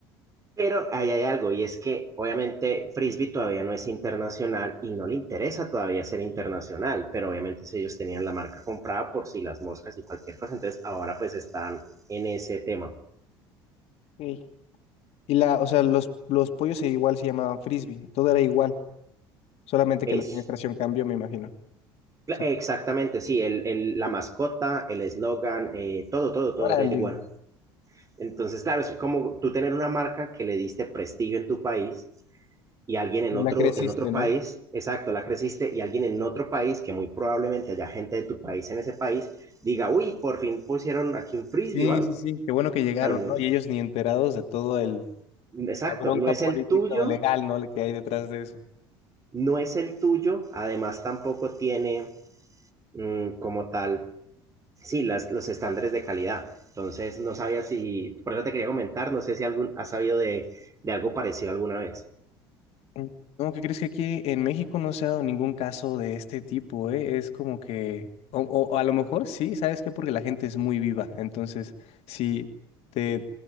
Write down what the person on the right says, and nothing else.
Pero ahí hay algo, y es que obviamente Frisbee todavía no es internacional y no le interesa todavía ser internacional, pero obviamente si ellos tenían la marca comprada por si las moscas y cualquier cosa, entonces ahora pues están en ese tema.
Es,
exactamente,
sí, el, el- la mascota, el eslogan, eh, todo, todo, todo
era igual. Entonces, claro, es como tú tener una marca que le diste prestigio en tu país y alguien en
otro,
en otro país,
exacto, la creciste y alguien en otro país, que muy probablemente haya gente de tu país en ese país, diga, uy, por fin pusieron aquí un frisbee,
¿vale?
Um,
exacto,
no es
el tuyo,
no es el tuyo, además tampoco tiene um, como tal, sí, las, los estándares de calidad. Entonces, no sabía si, por eso te quería comentar, no sé si algún, has sabido de, de algo parecido alguna vez.